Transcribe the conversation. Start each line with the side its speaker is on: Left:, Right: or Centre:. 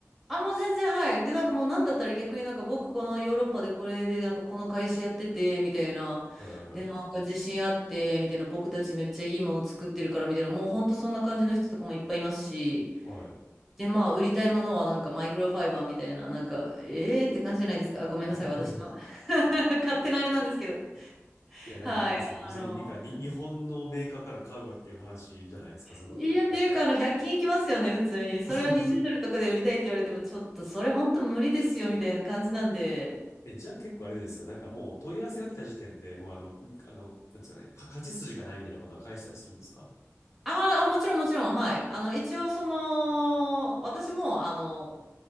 Centre: あ、もう全然、はい。で、なんかもうなんだったら逆になんか僕このヨーロッパでこれでなんかこの会社やってて、みたいな。
Left: いはいはい。
Centre: で、なんか自信あって、みたいな。僕たちめっちゃいいもの作ってるから、みたいな。もうほんとそんな感じの人とかもいっぱいいますし。
Left: はい。
Centre: で、まあ、売りたいものはなんかマイクロファイバーみたいな、なんか、えーって感じじゃないですか。あごめんなさい、
Left: <laughs> お
Centre: 私の <laughs> 勝手なあれなんですけど。
Left: ーいや、なんかあれですよね。
Centre: はい。
Left: 別に、
Centre: あの、
Left: なんかに、日本のメーカーから買うわっていう話じゃないですか、そういうのって。
Centre: いや、っていうか、
Left: 大体
Centre: あの、100均いきますよね、普通に。
Left: <laughs>
Centre: それは20ドルとかで売りたいって言われても、ちょっとそれほんと無理ですよ、みたいな感じなんで。
Left: え、じゃあ結構あれですよ。なんかもう問い合わせが来た時点でもうあの、んあの、なんですかね、か勝ち筋がないみたいなことは返したりするんですか
Centre: あーあ、もちろんもちろん、はい。あの、一応その、私も、あの、